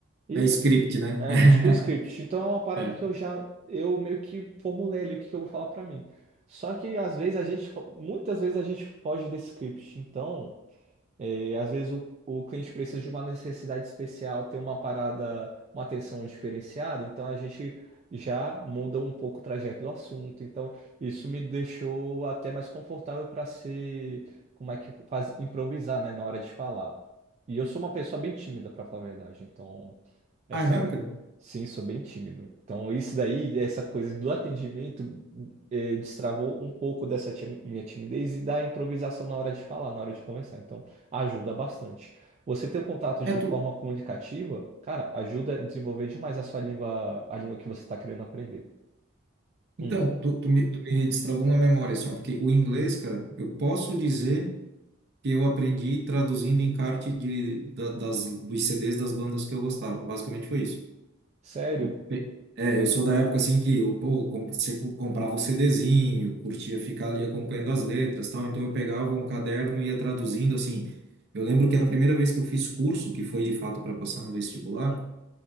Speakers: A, on the right (about 30°); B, on the right (about 55°).
A: E
B: É script, né?
A: é,
B: <laughs>
A: tipo um script. Então é uma parada
B: É.
A: que eu já. Eu meio que formulei ali o que que eu vou falar pra mim. Só que às vezes a gente. fo- Muitas vezes a gente foge desse script. Então, é, às vezes o, o cliente precisa de uma necessidade especial, ter uma parada, uma atenção diferenciada. Então a gente já muda um pouco o trajeto do assunto. Então isso me deixou até mais confortável para ser. Como é que faz? Improvisar, né? Na hora de falar. E eu sou uma pessoa bem tímida, pra falar a verdade. Então. Essa,
B: Ah, é mesmo, cara?
A: sim, sou bem tímido. Então, isso daí, essa coisa do atendimento, eh, destravou um pouco dessa timi- minha timidez e da improvisação na hora de falar, na hora de conversar. Então, ajuda bastante. Você ter o contato de
B: É tu,
A: forma comunicativa, cara, ajuda a desenvolver demais a sua língua, a língua que você está querendo aprender.
B: Então,
A: Hum,
B: tu, tu me, tu me destravou uma memória, assim, ó, porque o inglês, cara, eu posso dizer que eu aprendi traduzindo encarte de, da- das, dos CDs das bandas que eu gostava. Basicamente foi isso.
A: sério?
B: Eu pe- é, eu sou da época, assim, que eu, pô, com- você co- comprava o CDzinho, curtia ficar ali acompanhando as letras, tal, então eu pegava um caderno e ia traduzindo, assim. Eu lembro que a primeira vez que eu fiz curso, que foi de fato para passar no vestibular,